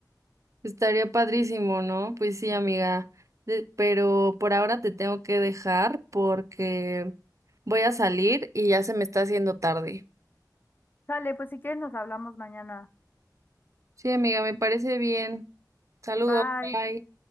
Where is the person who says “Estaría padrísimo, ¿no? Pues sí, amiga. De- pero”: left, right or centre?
Right